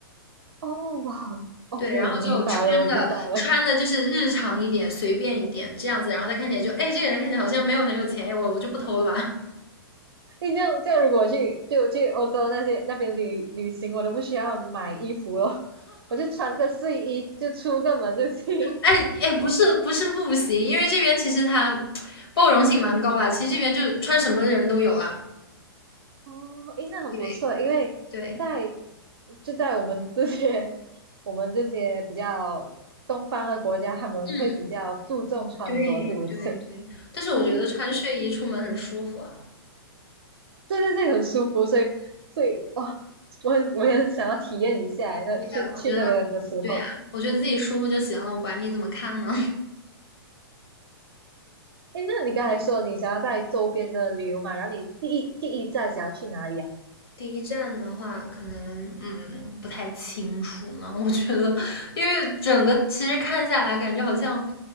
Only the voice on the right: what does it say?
哦哇哦，OK，
明白了，我知道了。
<laughs> 你这样这样，如果我去就去欧洲那些那边旅旅行，我都不需要买衣服了，我就穿个睡衣就出个门就行。
哦，诶，那很不错，
因为在
就在我们这些 <laughs> 我们这些比较东方的国家，他们会比较注重穿着，
是不是？
<laughs> 哦，对对对，很舒服，所以所以哇，我很我也很想要体验一下诶那去去那边的时候，
诶，那你刚才说你想要在周边的旅游嘛，然后你第一第一站想要去哪里啊？